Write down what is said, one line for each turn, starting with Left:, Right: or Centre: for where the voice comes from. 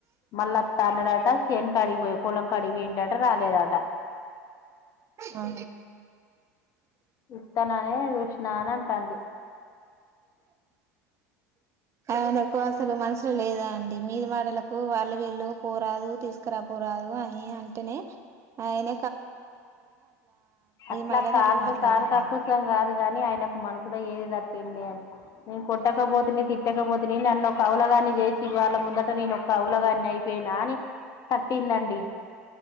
Left: మళ్ళా త అన్నడట చేను కడిగిపోయి పొలం కడిగిపోయిండట రాలేదట <inaudible>
Right: ఆ
Left: ఇత్తననే చూసినా అన్ అంటాంది.
Right: అవును ఎక్కువ అసల్ మనుసుల్ లేదా అండి మీది మా టలకు వాళ్ళు వీళ్ళు పోరాదు తీస్కరాపోరాదు అయి అంటేనే ఆయన
Left: అట్ల
Right: మాటలకు
Left: కాల్లో
Right: అట్లా మాట్లాడతాండి
Left: సారు తకుసం కాదు కాని ఆయనకు మ సుల ఏది తట్టింది అన్ నేన్ కొట్టకపోతిని, తిట్టకపోతిని నన్నొక అవులగాన్నీ చేసి వాళ్ళ ముందట నేనొక అవులగాన్ని అయిపో నాని తట్టిందండి.